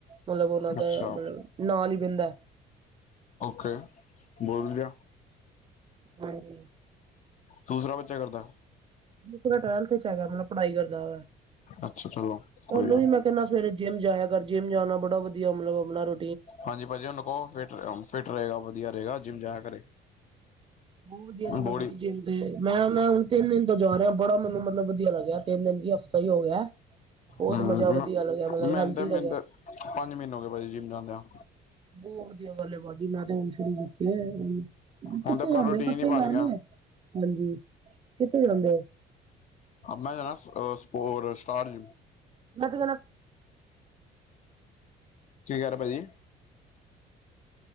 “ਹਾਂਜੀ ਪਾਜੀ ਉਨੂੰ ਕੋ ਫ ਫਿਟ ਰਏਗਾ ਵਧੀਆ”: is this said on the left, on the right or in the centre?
Left